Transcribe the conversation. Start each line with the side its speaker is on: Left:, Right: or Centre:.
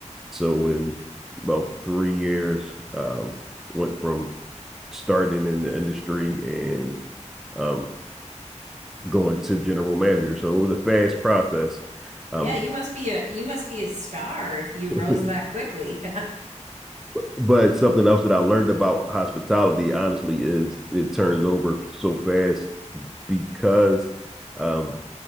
Centre: So in about three years, um, went from starting in the industry and um, going to general manager. So it was a fast process. Um,
Right: Yeah, you must be a you must be a star if you
Centre: <laughs>
Right: rose that quickly. <laughs>
Centre: but something else that I learned about hospitality, honestly, is it turns over so fast because um,